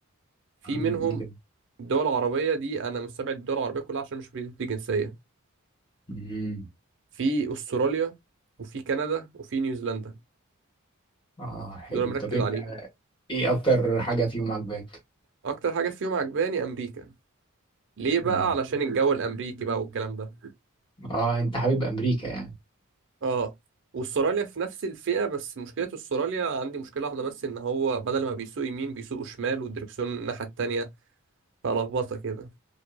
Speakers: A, on the right; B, on the left.
A: في منهم
B: مم. ده.
A: دول عربية دي أنا مستبعد الدول العربية كلها عشان مش بيدي جنسية
B: مم.
A: في أستراليا وفي كندا وفي نيوزيلندا
B: اه حلو
A: دول مركز
B: طب انت
A: عليهم
B: ايه اكتر حاجه فيهم عجباك
A: أكتر حاجة فيهم عجباني أمريكا ليه بقى
B: مم.
A: علشان الجو الأمريكي بقى والكلام ده
B: اه انت حبيب امريكا يعني
A: آه وأستراليا في نفس الفئة بس مشكلة أستراليا عندي مشكلة واحدة بس إن هو بدل ما بيسوق يمين بيسوق شمال والدركسيون الناحية التانية فلخبطة كده